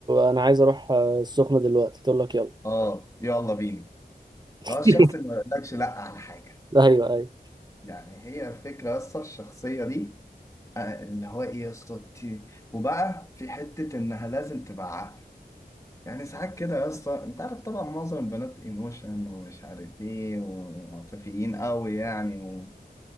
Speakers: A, on the right; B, on the left.
A: انا عايز اروح آه، السخنه دلوقتي تقول لك يلا
B: اه يلا بينا
A: <laughs>
B: اه الشخص اللي ما يقولكش لا على حاجة
A: ايوه ايوه
B: يعني هي الفكرة بس الشخصية دي آه، اللي هو ايه يا اسطى ت- وبقى في حتة انها لازم تبقى عقل يعني ساعات كده يا اسطى انت عارف طبعا معظم البنات ايموشن ومش عارف ايه وعاطفيين قوي يعني و...